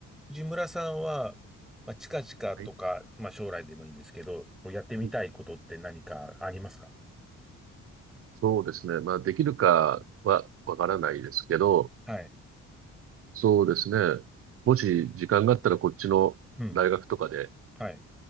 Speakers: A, in the centre; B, on the right (about 50°).
A: 藤村さんは、まあ、近々とか、
B: はい。
A: まあ、将来でもいいんですけど、やってみたいことって何かありますか
B: うんそうですね。まあ、できるかはわからないですけど、
A: はい。
B: そうですね。もし時間があったらこっちの大学とかで
A: うん。はい。